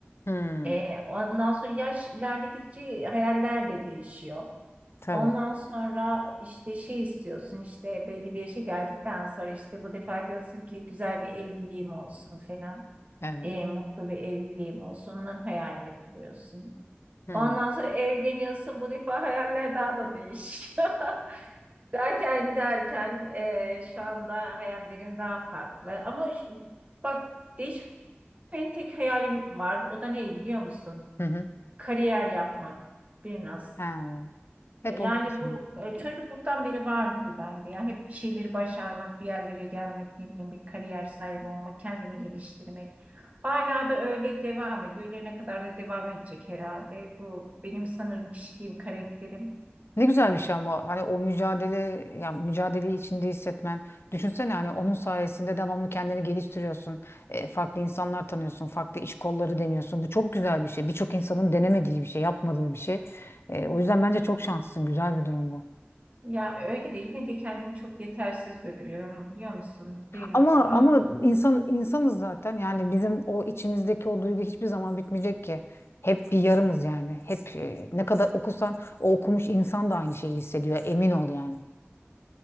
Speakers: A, on the left; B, on the right.
A: Hmm.
B: Ee, ondan sonra yaş ilerledikçe hayaller de değişiyor.
A: Tabii.
B: Ondan sonra işte şey istiyorsun işte belli bir yaşa geldikten sonra işte bu defa diyorsun ki güzel bir evliliğim olsun falan.
A: Evet.
B: E, mutlu bir evliliğim olsun. Onların hayalini kuruyorsun.
A: Hmm.
B: Ondan sonra evleniyorsun. Bu defa hayaller daha da değişiyor. <laughs> Derken derken e, şu anda hayallerim daha farklı. Ama ş- bak değişmeyen tek hayalim var. O da ne biliyor musun?
A: Hı hı.
B: Kariyer yapmak. Biraz.
A: Ha. Hep
B: E,
A: onun
B: Yani
A: peşinden.
B: bu e, çocukluktan beri vardı bu bende. ya hep bir şeyleri başarmak, bir yerlere gelmek, ne bileyim bir kariyer sahibi olmak, kendini geliştirmek. Hala da öyle devam ediyor. Ölene kadar da devam edecek herhalde. Bu benim sanırım kişiliğim, karakterim.
A: Ne güzel bir şey ama hani o mücadele ya mücadeleyi içinde hissetmen düşünsene hani onun sayesinde devamlı kendini geliştiriyorsun E, farklı insanlar tanıyorsun farklı iş kolları deniyorsun bu çok güzel bir şey birçok insanın denemediği bir şey yapmadığı bir şey E, o yüzden bence çok şanslısın güzel bir durum bu
B: Ya öyle de yine de kendimi çok yetersiz görüyorum biliyor musun biraz
A: ama
B: ama
A: ama insan insanız zaten yani bizim o içimizdeki o duygu hiçbir zaman bitmeyecek ki hep bir yarımız yani hep e, ne kadar okusan o okumuş insan da aynı şeyi hissediyor emin ol yani